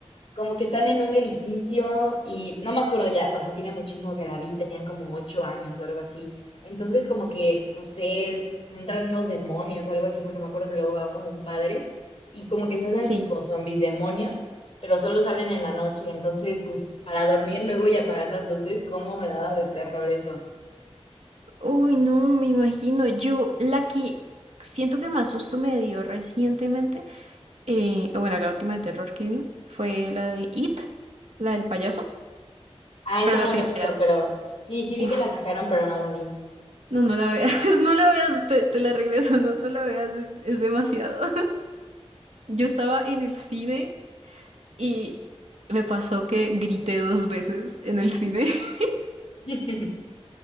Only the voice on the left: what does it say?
Como que están en un edificio y no me acuerdo ya, o sea, tiene muchísimo que la vi, tenían como ocho años o algo así. Entonces, como que, no sé, entran unos demonios, algo así, porque me acuerdo que luego va como un padre y como que se hacen
tipo zombies demonios, pero solo salen en la noche. Entonces, uf, para dormir luego y apagar las luces, cómo me daba de terror eso.
Ah,
esa
no
la he visto, pero sí, sí vi
que la sacaron, pero no la vi.
<laughs>